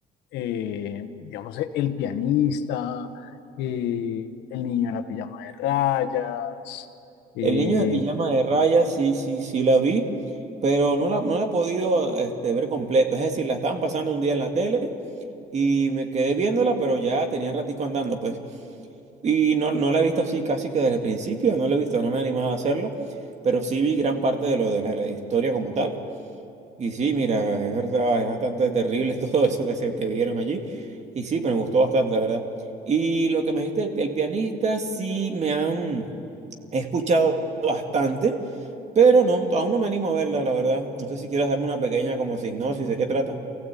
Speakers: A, on the left; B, on the right.
A: eh, digamos, El pianista, eh, El niño en la pijama de rayas. eh,
B: El niño de pijama de rayas, sí, sí, sí la vi, pero no la, no la he podido este, ver completa. Es decir, la estaban pasando un día en la tele y me quedé viéndola, pero ya tenía ratico andando, pues. Y no, no la he visto así casi que desde el principio, no la he visto, no me he animado a hacerlo, pero sí vi gran parte de lo de la, la historia como tal. Y sí, mira, es verdad, es bastante terrible <laughs> todo eso que se que vieron allí. Y sí, pero me gustó bastante, la verdad. Y lo que me dijiste, el, el pianista, sí me han he escuchado bastante, pero no, aún no me animo a verla, la verdad. No sé si quieres darme una pequeña como sinopsis de qué trata.